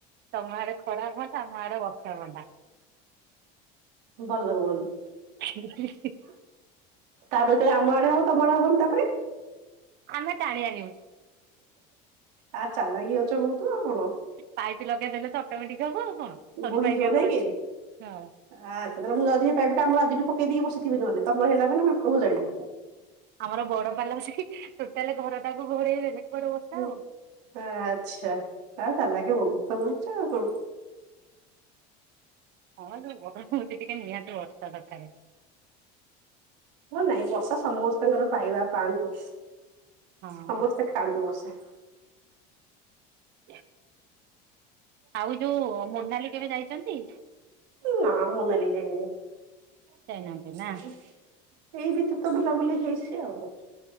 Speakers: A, on the right (about 55°); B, on the right (about 85°).
A: ତମ ଆଡେ ଖରା ହନ୍ତା ଆମ ଆଡେ ବର୍ଷା ହୁଅନ୍ତା
B: ଭଲ ଲାଗୁନ
A: <unintelligible>
B: ତାପରେ ଯେତେବେଳେ ଆମ ଆଡେ ହବ ତମ ଆଡେ ହବନି ତାପରେ
A: ଆମେ ଟାଣି ଆଣିବୁ।
B: ଆ ଚାଲାଖି ଅଛ ଆଉ କଣ
A: ପାଇପ ଲଗେଇଦେଲେ ତ ଅଟୋମେଟିକ ହବ ଆଉ। କଣ ସରୁ
B: ବୋହି
A: ପାଇପ୍
B: ଯିବ
A: ଆମର
B: ନାଇଁ କି
A: ଅଛି। ହଁ
B: ଆଛା ତାହେଲେ ମୁଁ ଯାଉଚି ହେଇ ପାଇପିଟା କାମ ଆଜିଠୁ କେ ଦେଇକି ବସିଥିବି ନହେଲେ ତମର ହେଲା ମନେମୁ ଏପଟକୁ ଜାଳିବି।
A: ଆମର ବଡ ପାାଲ ଅଛି ଟୋଟାଲି ଘରଟାକୁ ଗୋଡେଇ ଦେଲେ କୁଆଡେ ବର୍ଷା
B: ହୁଁ
A: ହବ।
B: ଆଚ୍ଛା ତମେ ଚାଲାଖେ ବହୁତୁ। ତମେଅଛ ଆଉ କଣ।
A: ହଁ ଯୋଉ ଗରମ ହଉଛି ଟିକେ ନିହାତି ବର୍ଷା ଦରକାରେ।
B: ହଁ ନାଇଁ ବର୍ଷା ସମସ୍ତଙ୍କର ପାଇବା ପାଆନ୍ତୁ
A: ହଁ
B: ସମସ୍ତେ ଖାଆନ୍ତୁ ବର୍ଷା।
A: ହ ଆଉ ଯୋଉ ମୋର୍ନାଲି କେବେ ଯାଇଛନ୍ତି?
B: ନା ମୋନାଲି ଯାଇନି।
A: ଯାଇନାହାନ୍ତି ନା
B: ଏଇ ଭିତରେ ତ ବୁଲା ବୁଲି ହେଇଚି ଆଉ।